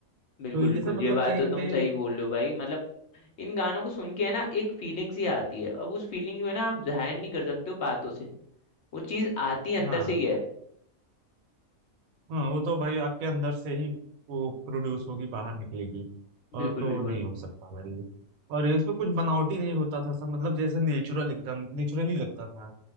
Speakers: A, on the right (about 80°); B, on the left (about 60°).
A: तो
B: बिल्कुल
A: ये
B: बिल्कुल
A: सब मतलब
B: ये बात
A: कहीं
B: तो
A: ना
B: तुम
A: कहीं
B: सही बोल रहे हो भाई मतलब इन गानों को सुन के है ना एक फीलिंग सी आती है अब उस फीलिंग जो है ना आप जाहिर नहीं कर सकते हो बातों से वो चीज आती
A: हाँ
B: अंदर से ही है
A: हाँ वो तो भाई आपके अंदर से ही वो प्रोड्यूस होगी बाहर निकलेगी और
B: बिल्कुल
A: तो
B: बिल्कुल
A: नहीं हो सकता भाई और इसमें कुछ बनावटी नहीं होता था सब मतलब जैसे नेचुरल एकदम नेचुरली लगता था